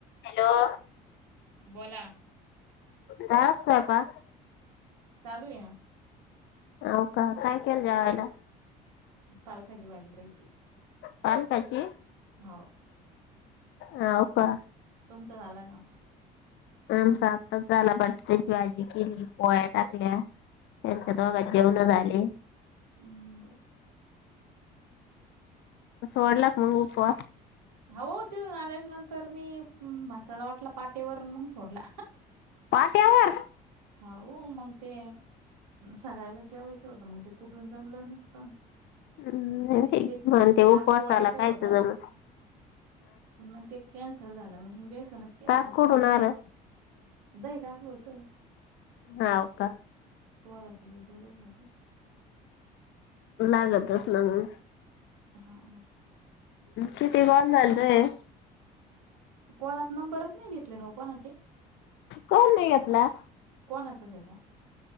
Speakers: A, on the left (about 65°); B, on the right (about 90°).
A: Hello.
B: बोला.
A: झाला स्वयंपाक?
B: चालू या.
A: अ का काय केलं जेवायला?
B: पालकाची भाजी खायची.
A: पालकाची
B: हो.
A: हाव का.
B: तुमचं झालं का?
A: आमचा आताच झाला बटट्याची भाजी केली पोळ्या टाकल्या. त्यांच्या
B: हा
A: दोघांच
B: का
A: जेवण झाले.
B: हम्म
A: सोडला का मग उपवास?
B: हो देऊन आल्या नंतर मी मसाला वाटला. पाटेवर मग सोडला.
A: पाट्यावर
B: हा हो मग ते सकाळ्याला जेवायचं होतं मग ते कुठून जमलं नसतं.
A: हम्म नाही
B: ते
A: म्हण ते
B: ताक
A: उपवासा
B: पोळायचं
A: आला कायच
B: होतं.
A: जम.
B: पण मग ते कॅन्सल झालं मग. बेसनच केला
A: टास्क
B: हटून.
A: कुडुन आल
B: दही टाकल होत.
A: हाव का.
B: पोराच तो दोरल होतो.
A: लागत असाल ना.
B: हा. <inaudible>
A: किती कॉल झालय?
B: कॉलत नंबरच नाही घेतले ना कोनाचे.
A: कोण नाही घेतला.
B: कोणाचा घेता?